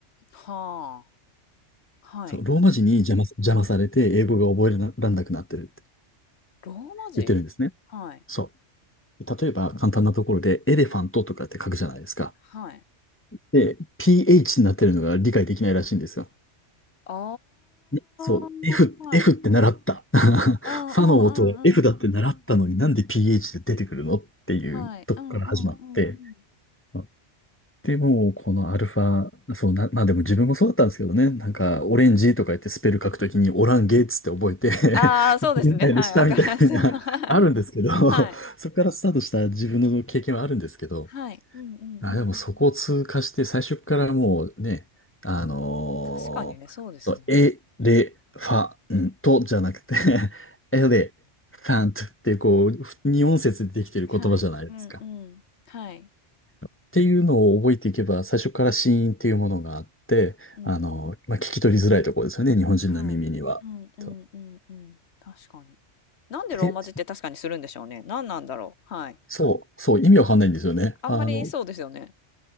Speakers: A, on the left (about 65°); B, on the left (about 20°).
A: はあ。はい。
B: そう、ローマ字に邪魔、邪魔されて英語が覚えられなくなってるって。
A: ローマ字はい。
B: 言ってるんですね。そう。例えば、簡単なところで、エレファントとかって書くじゃないですか。
A: はい。はい。
B: で、PH になってるのが理解できないらしいんですよ。
A: あ
B: ねそう。
A: あ、
B: F、
A: はい。
B: F って習った。<laughs>
A: うんうん
B: ファの音は F
A: うんうん。
B: だって習ったのになんで PH で出てくるのっていうとこから始まって、
A: はい。うんうんうんうん。
B: まあで、もうこのアルファ、そうな、まあでも自分もそうだったんですけどね、なんかオレンジとか言ってスペル書くときにオランゲーツって覚えて
A: ああ、
B: <laughs>
A: そうですね。
B: 間違えないでしたみたいな、
A: はい。わかりますよ。はい。
B: あるんですけど、<laughs>
A: はい。
B: そこからスタートした自分の経験はあるんですけど、
A: はい。うんうんうん。
B: あ、でもそこを通過して最初からもうね、あのーそう、
A: 確かにね、そうですね。
B: エレファントじゃなくて <laughs> エレファントってこう、二音節でできてる言葉じゃないですか。
A: はい。うんうん。はい。
B: っていうのを覚えていけば、最初から子音っていうものがあって、
A: うん。
B: あの、まあ、聞き取りづらいところですよね、日本人の耳には。
A: はい。うんうんうんうん。
B: と
A: 確かにね。なんでローマ字って確かにするんでしょうね。
B: で、
A: 何なんだろう。はい。
B: そう、そう、意味わかんないんですよね。
A: あんまりそうですよね。
B: あの、